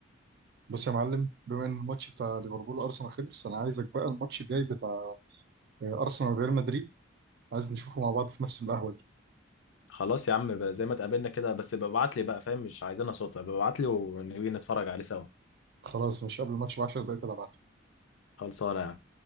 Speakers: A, on the right; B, on the left.
A: بص يا معلم بما ان الماتش بتاع ليفربول وارسنال خلص انا عايزك بقى الماتش الجاي بتاع آه، ارسنال وريال مدريد عايز نشوفه مع بعض في نفس القهوه دي
B: خلاص يا عم بقى زي ما اتقابلنا كده بس ابقى ابعت لي بقى فاهم مش عايزينها صوت ابقى ابعت لي ونبي نتفرج عليه سوا
A: خلاص مش قبل الماتش ب 10 دقايق تلعب
B: خلصانة يعني